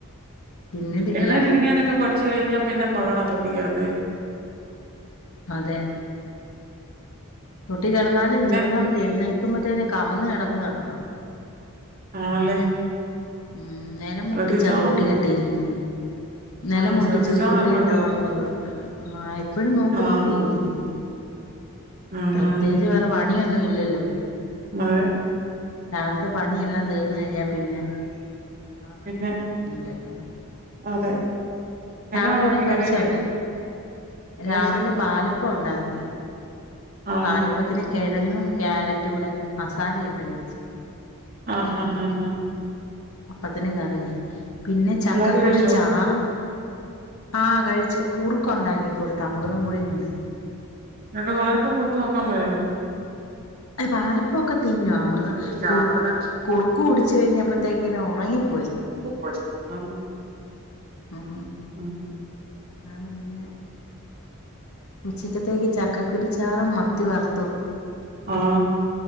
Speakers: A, on the left (about 75°); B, on the right (about 45°).
A: പിന്നീടില്ല
B: എഴുന്നേറ്റിരിക്കാനൊക്കെ പഠിച്ചു കഴിഞ്ഞാൽ പിന്നെ പാടാ തൊട്ടിക്കകത്ത്
A: അതെ തൊട്ടി കെടന്നാലും
B: പിന്നെ
A: ചെല സമയത്തെഴുന്നേക്കുമ്പഴത്തേനും കമിഴ്ന്ന് കിടക്കുന്ന കാണാം
B: ആണല്ലേ
A: ഉം നെലം
B: ശ്രദ്ധിച്ചോണം.
A: മുട്ടിച്ചാ തൊട്ടി കെട്ടിയിരിക്കുന്നെ നില
B: ആഹ്
A: മുട്ടിച്ച്
B: ശ്രദ്ധിച്ചോണം
A: തൊട്ടി
B: എപ്പഴും.
A: ഇട്ടതോണ്ട് കുഴപ്പമില്ല ആഹ് എപ്പോഴും നോക്കി
B: ആഹ്.
A: നോക്കിയിരിക്കുന്നു
B: ആഹ്
A: പ്രത്യേകിച്ച്
B: ആഹ്.
A: വേറെ പണിയൊന്നും ഇല്ലല്ലോ
B: മഴെ
A: കാലത്തെ പണിയെല്ലാം തീർന്ന് കഴിഞ്ഞാ പിന്നെ വേളെ പണിയൊന്നും
B: പിന്നെ
A: വരുന്നില്ലല്ലോ
B: അതെ എന്നാ
A: രാവിലെ
B: ഉണ്ടാക്കി
A: വല്ലോം കഴിച്ചോ?
B: കറിയൊക്കെ?
A: രാവിലെ
B: കഴിച്ച്
A: പാലപ്പവുണ്ടാക്കി
B: ആണോ?
A: പാലപ് പ്പത്തിന് കെഴങ്ങും ക്യാരറ്റൂടെ മസാല ഇട്ട് വെച്ച്
B: ആഹ് ഹാഹാഹാ
A: അപ്പത്തിന് കറിയായി. പിന്നെ ചക്കക്കുരു
B: പിള്ളാര് കഴിച്ചോ?
A: ചാറും, ആഹ് കഴിച്ച് കുറുക്കുണ്ടാക്കി കൊടുത്തമൃതംപൊടി കൊണ്ട്
B: രണ്ടു പാലപ്പം കൊടുത്ത് നോക്കാൻ പോലായോ
A: <inaudible> അ പാലപ്പൊക്കെ തിന്നു അമൃത
B: തിന്നാ
A: കുറു
B: അമൃതം
A: കുറുക്ക
B: കുറു
A: കുടിച്ച് കഴിഞ്ഞപ്പോത്തേക്ക്‌ ഇനെ ഉറങ്ങിപ്പോയി
B: കോച്ചുന്നാണോ
A: ഉം
B: ഉം
A: ആണ് പിന്നെ ഉച്ചക്കത്തേക്ക് ചക്കക്കുരു ചാറും മത്തി വറുത്തതും
B: ആഹ്